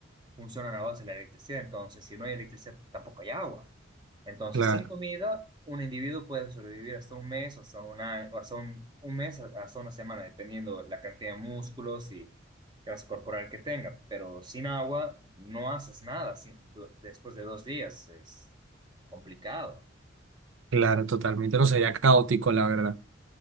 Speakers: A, on the right; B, on the right.
A: funcionan a base de la electricidad. Entonces, si no hay electricidad, tampoco hay agua. Entonces,
B: Claro,
A: sin comida, un individuo puede sobrevivir hasta un mes, o hasta un año, o hasta un, un mes, a- hasta una semana, dependiendo la cantidad de músculos y grasa corporal que tenga. Pero sin agua, no haces nada sin- du- después de dos días. Es complicado.
B: claro, totalmente. No sería caótico, la verdad.